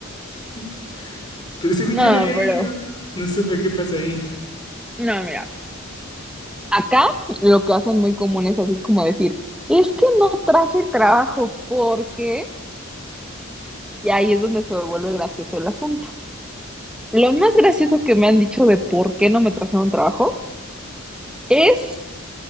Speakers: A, on the left (about 20°); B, in the centre.
A: <laughs> Pero según
B: No,
A: yo lo había leído,
B: pero,
A: no supe qué pasa ahí.
B: no, mira. Acá lo que hacen muy común es así como decir, es que no traje el trabajo porque, y ahí es donde se vuelve gracioso el asunto. Lo más gracioso que me han dicho de por qué no me trajeron trabajo es